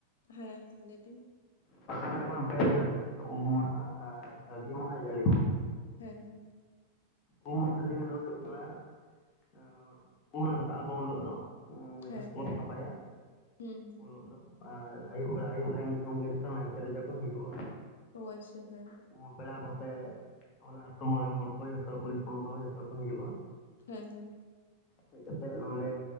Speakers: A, on the left; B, on the left.
A: ᱦᱮᱸ ᱦᱮᱸ ᱞᱟᱹᱭ ᱵᱤᱱ᱾
B: <inaudible> ᱯᱮ ᱫᱤᱱ ᱦᱩᱭᱩᱜ ᱟᱛᱚ ᱩᱢ ᱢᱟᱦᱟ, ᱟᱨ ᱥᱟᱹᱨᱫᱤ ᱢᱟᱦᱟ, ᱡᱟᱞᱮ ᱢᱟᱦᱟ᱾
A: ᱦᱮᱸ ᱦᱮᱸ,
B: ᱩᱢ ᱟᱦᱟ ᱫᱤᱱ ᱫᱚ ᱦᱩᱭᱩᱜ ᱠᱟᱱᱟ, ᱮᱸᱜ ᱩᱢ ᱱᱟᱲᱠᱟᱜ ᱟᱠᱚ ᱩᱱᱦᱤᱞᱳᱜ ᱫᱚ᱾ ᱡᱟᱦᱟᱸ
A: ᱦᱮᱸ
B: <inaudible> ᱥᱟᱯᱷᱟᱭᱟ
A: ᱦᱩᱸ ᱦᱩᱸ
B: ᱩᱱ ᱞᱚᱜ ᱫᱚ᱾ ᱟᱨ ᱟᱹᱭᱩᱵ ᱵᱮᱲᱟ ᱟᱹᱭᱩᱵ ᱞᱮᱱᱠᱷᱟᱱ ᱱᱟᱭᱠᱮ ᱨᱮᱡᱟ ᱠᱚ ᱦᱤᱡᱩᱜ-ᱟ᱾
A: ᱚ ᱟᱪᱪᱷᱟ ᱦᱮᱸ
B: ᱩᱸ ᱯᱮᱲᱟ ᱠᱚᱥᱮ ᱟᱹᱛᱩ ᱢᱚᱬᱮ ᱦᱚᱲ ᱠᱚ ᱡᱚᱛᱚ ᱠᱩᱲ ᱦᱚᱯᱚᱱ ᱠᱚᱦᱚᱸ ᱡᱚᱛᱚ ᱠᱚ ᱦᱤᱡᱩᱜ-ᱟ᱾
A: ᱦᱮᱸ ᱦᱮᱸ,
B: ᱦᱮᱡ ᱠᱟᱛᱮᱜ ᱱᱚᱸᱰᱮ